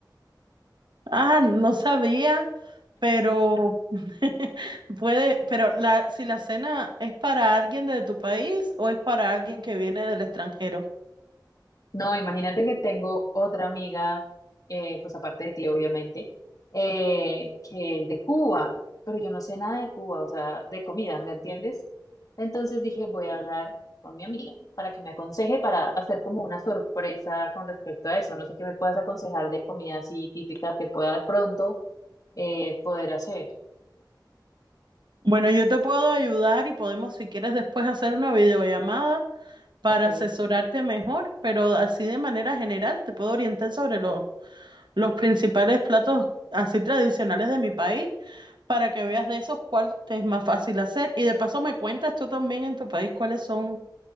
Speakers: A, on the right; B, on the left.
A: Ah, no sabía, pero <laughs> puede, pero la, si la cena es para alguien de tu país o es para alguien que viene del extranjero.
B: No, imagínate que tengo otra amiga, eh, pues aparte de ti, obviamente, eh, que es de Cuba, pero yo no sé nada de Cuba, o sea, de comida, ¿me entiendes? Entonces dije, voy a hablar con mi amiga para que me aconseje para hacer como una sorpresa con respecto a eso. No sé qué me puedas aconsejar de comida así típica que pueda de pronto eh, poder hacer.
A: Bueno, yo te puedo ayudar y podemos, si quieres, después hacer una videollamada para
B: Ok.
A: asesorarte mejor, pero así de manera general te puedo orientar sobre lo- los principales platos así tradicionales de mi país para que veas de esos cuál te es más fácil hacer. Y de paso me cuentas tú también en tu país cuáles son